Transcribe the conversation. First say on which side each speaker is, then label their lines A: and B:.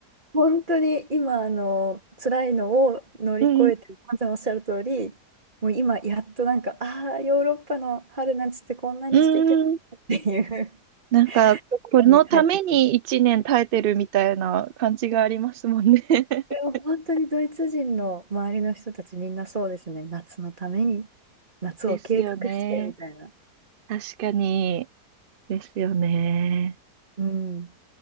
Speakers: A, on the right; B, on the right.
A: 本当に今、あの、辛いのを乗り越えて、
B: うん。
A: まさにおっしゃる通り、もう今、やっとなんか、ああ、ヨーロッパの春夏ってこんなに素敵なんだっていう
B: うん。
A: <laughs>
B: なんか、
A: ところに入っていく。
B: このために一年耐えてるみたいな感じがありますもんね。<laughs>
A: いや、本当にドイツ人の周りの人たちみんなそうですね。夏のために、夏を計画してみたいな。
B: ですよね。確かに。ですよね。
A: うん。